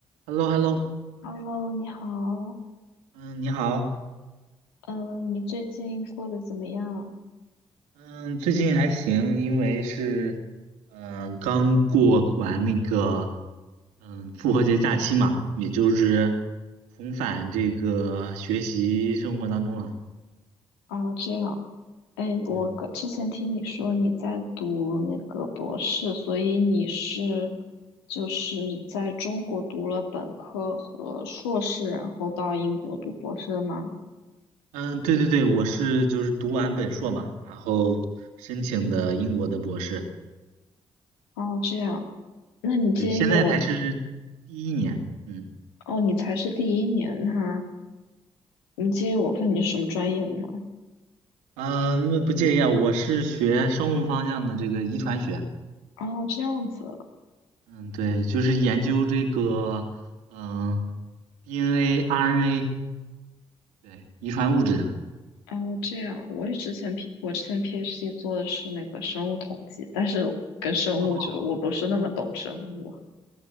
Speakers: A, on the right; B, on the left.
A: h e l l o h e l l o
B: Hello，你好，
A: 嗯，你好，
B: 嗯，你最近过得怎么样？
A: 嗯，最近还行，因为是，嗯、刚过完那个，嗯，复活节假期嘛，也就是重返这个学习生活当中了。
B: 哦，这样，哎，我个之前听你说你在读那个博士，
A: 嗯
B: 所以你是就是在中国读了本科和硕士，然后到英国读博士的吗？
A: 嗯，对对对，我是就是读完本硕嘛，然后申请的英国的博士，
B: 哦，这样，那你介意我？
A: 对，现在才是第一年。嗯
B: 哦，你才是第一年呐，你介意我问你是什么专业的吗？
A: 嗯，呃不介意啊，我是学生物方向的这个遗传学。
B: 哦，这样子，
A: 嗯，对，就是研究这个，嗯、DNA、RNA，对，遗传物质的。
B: 哦，这样，我也之前 P 我之前 PhD 做的是那个生物统计，但是跟生物就我不是那么懂生物。
A: 哦